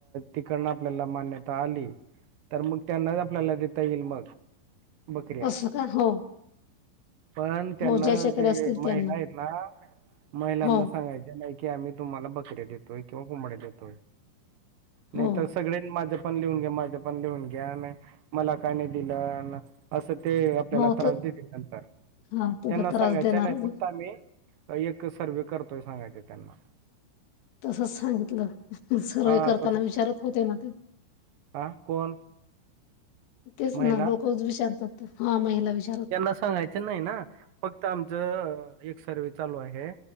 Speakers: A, on the right (about 65°); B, on the left (about 75°).
A: तिकडनं आपल्याला मान्यता आली तर मग त्यांनाच आपल्याला देता येईल मग बकऱ्या.
B: असं का हो
A: पण त्यांना
B: हो ज्याच्याकडे
A: ते
B: असतील
A: महिला
B: त्यांना.
A: आहेत ना महिलांना
B: हो,
A: सांगायचे नाही की आम्ही तुम्हाला बकऱ्या देतोय किंवा कोबड्या दोय नाही
B: हो,
A: सगळे्यां माझ्या पण लिहून घ्या माझ्या पण लिहून घ्या मला काय नाही दिलं असं ते आपल्याला
B: हो
A: त्रास
B: तर
A: देतील नंतर
B: हां तिथं
A: त्यांना सांगायच
B: त्रास देणारच
A: नाही फक्त
B: आहे.
A: आम्ही एक सर्व करतोय सांगायच त्यांना
B: तसच सांगितलं सर्व
A: हां
B: करताना
A: तसं
B: होते ना ते
A: हां कोण?
B: तेच ना
A: महिला?
B: लोकच विचारतात हा महिला विषार
A: त्यांना सांगायचं नाही ना फक्त आमचं एक सर्वे चालू आहे